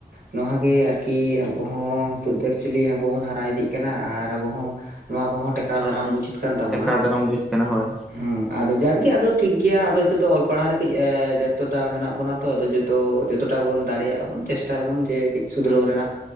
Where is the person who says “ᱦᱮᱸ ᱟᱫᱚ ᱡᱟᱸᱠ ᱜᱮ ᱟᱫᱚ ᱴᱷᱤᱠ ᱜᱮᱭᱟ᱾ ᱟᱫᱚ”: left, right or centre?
Right